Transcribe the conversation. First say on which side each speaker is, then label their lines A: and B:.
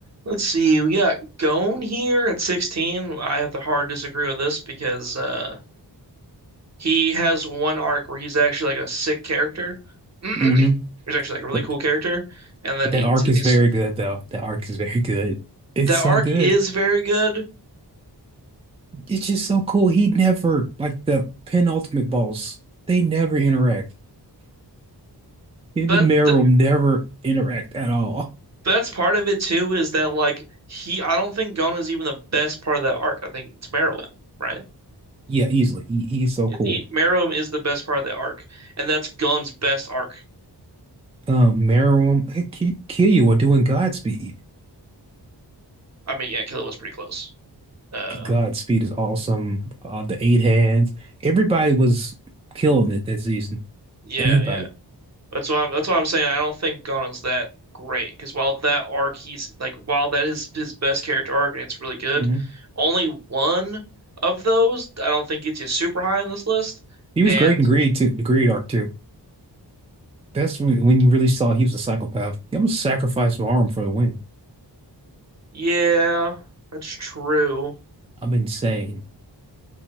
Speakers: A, on the right; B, on the right.
A: Let's see. We got Gon here at 16. I have to hard disagree with this because uh, he has one arc where he's actually like a sick character. <clears throat>
B: hmm
A: He's actually like a really
B: But
A: cool character, and then
B: but that
A: he's,
B: arc is
A: he's
B: very good though. That arc is very good. It's
A: that
B: so
A: arc
B: good.
A: is very good.
B: It's just so cool. He never like the penultimate boss. They never interact. Him
A: But
B: and Meruem
A: th
B: never interact at all. <laughs>
A: that's part of it too is that like he I don't think Gon is even the best part of that arc. I think it's Meruem, right?
B: Yeah, easily. He, he's so
A: It's
B: cool.
A: e Meruem is the best part of the arc, and that's Gon's best arc.
B: Um, Meruem, eh, Ki- Killua were doing Godspeed.
A: I mean, yeah, Killua was pretty close. Uh,
B: Godspeed is awesome. Uh, the eight hands. Everybody was killing it that season.
A: yeah,
B: Everybody.
A: yeah. That's why I'm, that's why I'm saying I don't think Gunna's that great because while that arc he's like while that is his best character arc and it's really good,
B: hmm
A: only one of those I don't think gets you super high on this list.
B: He
A: And
B: was great in Greed too. The Greed arc too. That's wh- when you really saw he was a psychopath. I'm gonna sacrifice my arm for the win.
A: yeah, that's true.
B: I'm insane.